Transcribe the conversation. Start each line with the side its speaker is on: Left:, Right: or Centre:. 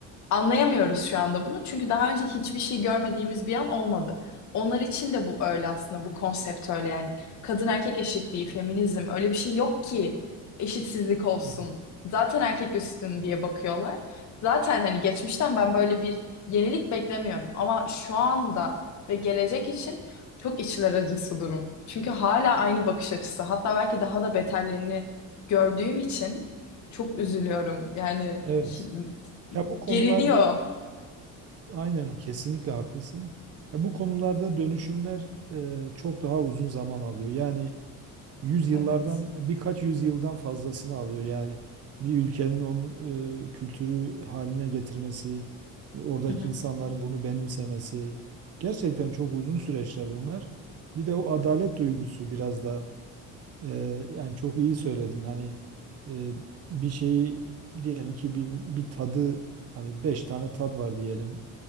Left: Anlayamıyoruz şu anda bunu çünkü daha önce hiçbir şey görmediğimiz bir an olmadı. Onlar için de bu öyle aslında, bu konsept öyle yani. Kadın erkek eşitliği, feminizm öyle bir şey yok ki eşitsizlik olsun.
Right: mısın?
Left: Zaten erkek üstün diye bakıyorlar. Zaten hani geçmişten ben böyle bir yenilik beklemiyorum ama şu anda ve gelecek için çok içler acısı durum. Çünkü hala aynı bakış açısı. Hatta belki daha da beterlerini gördüğüm için çok üzülüyorum. Yani
Right: Evet.
Left: hi-
Right: Ya bu konularda
Left: geriliyor
Right: aynen kesinlikle haklısın. Ya bu konularda dönüşümler e, çok daha uzun zaman alıyor. Yani yüzyıllardan
Left: Evet.
Right: birkaç yüzyıldan fazlasını alıyor. Yani bir ülkenin onun e, kültürü haline getirmesi, e, oradaki
Left: Hı hı,
Right: insanların bunu benimsemesi gerçekten çok uzun süreçler bunlar. Bir de o adalet duygusu biraz da e, yani çok iyi söyledin. Hani e, bir şeyi diyelim ki bir, bir tadı hani beş tane tad var diyelim